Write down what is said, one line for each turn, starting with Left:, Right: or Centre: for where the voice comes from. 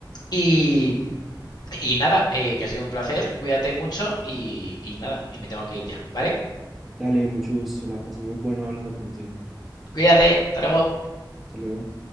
Left: Y, Y nada, eh, que ha sido un placer, cuídate mucho y, y nada, y me tengo que ir ya, ¿vale?
Centre: Dale, mucho gusto, la pasé muy bueno hablando contigo.
Left: Cuídate, hasta luego.
Centre: Hasta luego.